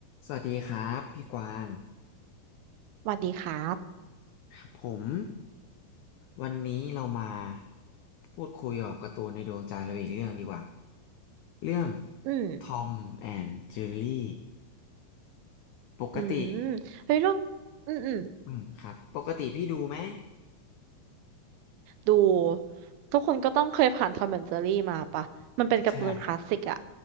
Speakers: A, on the left; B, on the right.
A: สวัสดีครับพี่กวาง
B: สวัสดีครับ
A: ครับผมวันนี้เรามาพูดคุยกับการ์ตูนในดวงใจเราอีกเรื่องดีกว่าเรื่อง
B: อืม
A: ทอมแอนด์เจอรี่ปกติ
B: อืมเฮ้ยเรื่อง อืมอืม
A: อืมครับปกติพี่ดูไหม
B: ดูทุกคนก็ต้องเคยผ่านทอมแอนด์เจอรี่มาปะมันเป็นการ์ตูนคลาสสิกอะ
A: ใช่